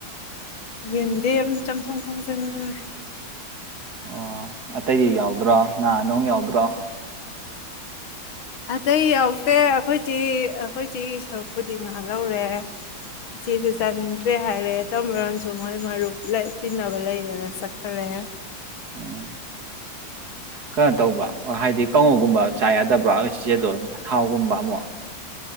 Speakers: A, on the left; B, on the right.
A: ꯌꯦꯟꯗꯦ ꯑꯃ ꯆꯝꯊꯣꯡ ꯊꯣꯡꯁꯤꯟꯈ꯭ꯔꯦ
B: ꯑꯣ ꯑꯇꯩꯗꯤ ꯌꯥꯎꯗ꯭ꯔꯣ ꯉꯥ ꯅꯅꯨꯡ ꯌꯥꯎꯗ꯭ꯔꯣ
A: ꯑꯇꯩ ꯌꯥꯎꯗꯦ ꯑꯩꯈꯣꯏꯆꯦ ꯑꯩꯈꯣꯏ ꯆꯦ ꯁꯔꯨꯛꯄꯨꯗꯤ ꯉꯥꯏꯍꯍꯔꯦ ꯆ ꯆ ꯆꯥꯅꯤ ꯆ꯭ꯔꯦ ꯍꯥꯏꯔꯦ ꯇꯝꯃꯨꯔꯅꯁꯨ ꯃꯣꯏ ꯃꯔꯨꯞ ꯇꯤꯟꯅꯕ ꯂꯩꯌꯦꯅ ꯆꯠꯈꯂꯦ
B: ꯎꯝ ꯀꯩꯅꯣ ꯇꯧꯕ꯭ꯔꯥ ꯍꯥꯏꯗꯤ ꯀꯥꯡꯉꯧꯒꯨꯝꯕ ꯆꯥ ꯌꯥꯗꯕ꯭ꯔꯥ ꯏꯆꯦꯗꯣ ꯊꯥꯎꯒꯨꯝꯕ ꯑꯃꯛ